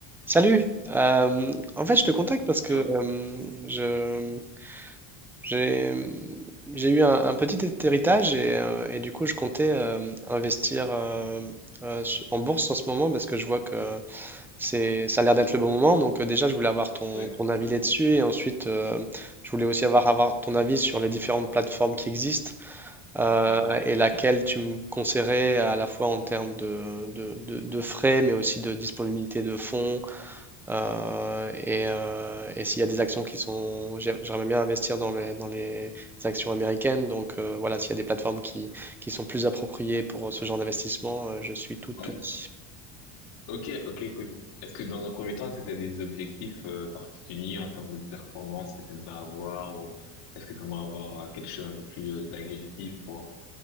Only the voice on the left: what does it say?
Et Ouais,
ouais,
ouais.
ouais.
Ok, ok, cool. Est-ce que dans un premier temps, est-ce que tu as des objectifs euh, particuliers en termes de performance que tu aimerais avoir ou est-ce que tu aimerais avoir euh, quelque chose un peu plus euh, agressif pour